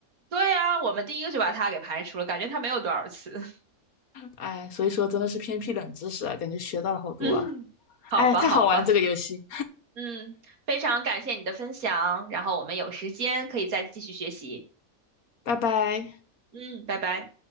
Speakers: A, on the right; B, on the left.
A: 对啊，我们第一个就把它给排除了，感觉它没有多少词。
B: 哎，所以说真的是偏僻冷知识啊，感觉学到了好多啊。
A: <laughs> 嗯，好吧，
B: 哎，太好玩了这个游戏，
A: 好吧，嗯，非常感谢你的分享，然后我们有时间可以再继续学习。
B: 拜拜。
A: 嗯，拜拜。